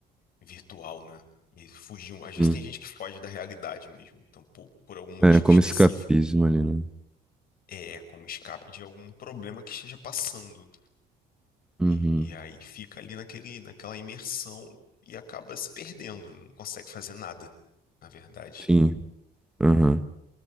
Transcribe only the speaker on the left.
virtual, né? E fugir. um, Às vezes
tem gente que foge da realidade mesmo, então por, por algum motivo
específico.
É, como escape de algum problema que esteja passando.
E, e aí fica ali naquele, naquela imersão e acaba se perdendo, não consegue fazer nada, na verdade.